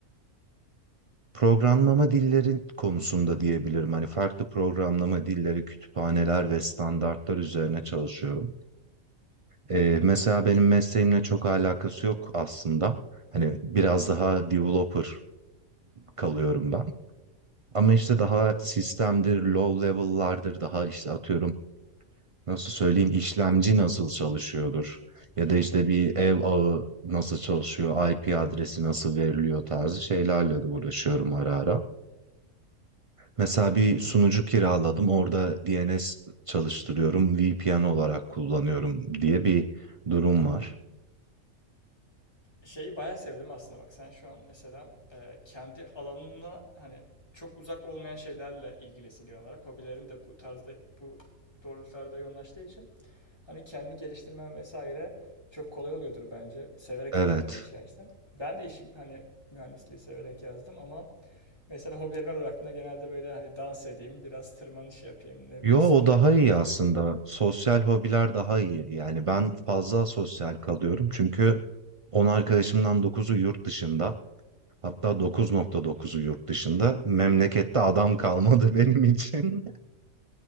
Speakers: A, on the right; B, on the left.
A: programlama dillerin konusunda diyebilirim. Hani farklı programlama dilleri, kütüphaneler ve standartlar üzerine çalışıyorum. Ee, mesela benim mesleğimle çok alakası yok aslında. Hani biraz daha developer kalıyorum ben. Ama işte
B: Hı hı.
A: daha sistemdir, low level'lardır daha işte atıyorum nasıl söyleyeyim işlemci nasıl çalışıyordur ya
B: Hmm.
A: da işte bir ev ağı nasıl çalışıyor, IP adresi nasıl veriliyor tarzı şeylerle de uğraşıyorum ara ara. Mesela bir sunucu kiraladım, orada DNS çalıştırıyorum, VPN olarak kullanıyorum diye bir durum var.
B: şeyi bayağı sevdim aslında bak sen şu an mesela e, kendi alanına hani çok uzak olmayan şeylerle ilgilisin genel olarak. Hobilerin de bu tarzda bu doğrultularda yoğunlaştığı için hani kendini geliştirmen vesaire çok kolay oluyordur bence. Severek
A: Evet.
B: yaptığım bir iş gerçekten. Ben de işim hani mühendisliği severek yazdım ama mesela hobilerime baktığımda genelde böyle hani dans edeyim, biraz tırmanış yapayım, ne
A: Yo
B: bileyim spora
A: o daha
B: gideyim
A: iyi
B: gibi
A: aslında.
B: böyle.
A: Sosyal hobiler daha iyi. Yani ben fazla sosyal kalıyorum çünkü 10 arkadaşımdan dokuzu yurt dışında. Hatta dokuz nokta dokuzu
B: Hmm.
A: yurt dışında. Memlekette adam
B: O.
A: kalmadı <laughs> benim için.